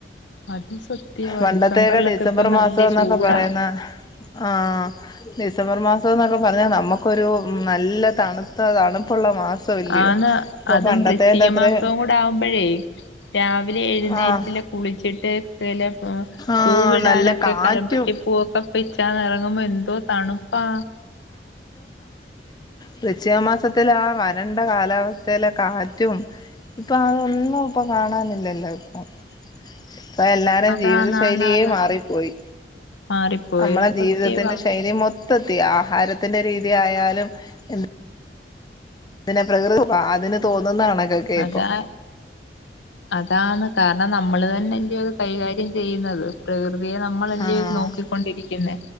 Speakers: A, on the left; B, on the left.
A: അത് സത്യവാ
B: പണ്ടത്തേക്കെ
A: ഡിസംബറിലൊക്കെ
B: ഡിസംബർ
A: ഇപ്പ നല്ല
B: മാസം എന്നൊക്കെ
A: ചൂടാ
B: പറയുന്ന ആഹ് ഡിസംബർ മാസം. ഇപ്പോ എന്നൊക്കെ പറഞ്ഞാൽ നമുക്കൊരു നല്ല തണുത്ത തണുപ്പുള്ള. മാസം ഇല്ലയോ
A: ആന്ന്
B: ഇപ്പൊ
A: അതും
B: പണ്ടത്തേന്റെ
A: വൃശ്ചിക
B: അത്രേ
A: മാസവും കൂടെ ആവുമ്പോഴേ രാവി വിലെ എഴുന്നേറ്റിലെ
B: ആഹ്
A: കുളിച്ചിട്ട് ചിലപ്പോ
B: ആഹ്
A: പൂവിടാനൊക്കെ
B: നല്ല കാറ്റും
A: കലമ്പട്ടി പൂവൊക്കെ പിച്ചാന്നറങ്ങുമ്പോ എന്തോ തണുപ്പാ.
B: വൃശ്ചിക മാസത്തിലെ ആഹ് വരണ്ട കാലാവസ്ഥയിലെ കാറ്റും ഇപ്പൊ അതൊന്നും ഇപ്പൊ കാണാനില്ല. എല്ലാം ഇപ്പം ഇപ്പോ എല്ലാരും
A: അതാന്നാന്നാന്ന്
B: ജീവിതശൈലിയെ മാറിപ്പോയി
A: മാറിപ്പോയോ
B: നമ്മളെ
A: സത്യവാ
B: ജീവിതത്തിന്റെ ശൈലി മൊ സത്യം ആഹാരത്തിന്റെ രീതിയാലും എന്ത്. ഇതിനെ പ്രകൃതമാ അതിന് തോ ന്നുന്നു ആണ് ഒക്കെ
A: അതാ
B: ഇപ്പോ.
A: അതാന്ന് കാരണം നമ്മൾ തന്നെ അല്ലയോ കൈകാര്യം. ചെയ്യുന്നത് പ്രകൃതി. തേ നമ്മളല്ലേ
B: ആഹ്
A: ഇത് നോക്കിക്കൊണ്ടിരിക്കുന്ന